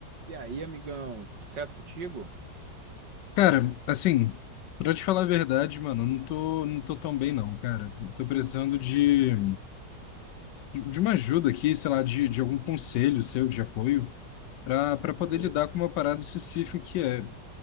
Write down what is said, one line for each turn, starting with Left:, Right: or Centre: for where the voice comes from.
Right: E aí, amigão, tudo certo contigo?
Left: Cara, assim, pra te falar a verdade, mano, eu não tô, não tô tão bem não, cara. Eu tô precisando de, de uma ajuda aqui, sei lá, de, de algum conselho seu, de apoio, pra, pra poder
Right: Ô, louco.
Left: lidar com uma parada específica que é...